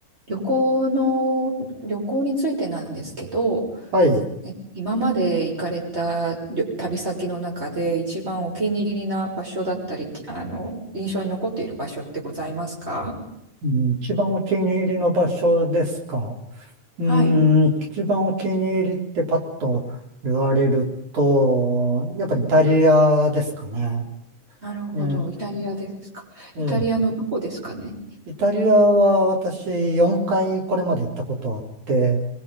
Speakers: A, on the right (about 20°); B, on the right (about 70°).
A: 旅行の、旅行についてなんですけど、
B: はい。
A: え今まで行かれた旅旅先の中で一番お気に入りな場所だったり、きあの、印象に残っている場所ってございますか
B: うん一番お気に入りの場所ですか。うーん、
A: はい。
B: 一番お気に入りってパッと言われると、やっぱイタリアですかね。
A: うんなるほど。
B: え
A: イタリアですか。イタリアのどこですかね。
B: えええイタリアは私4回これまで行ったことあって、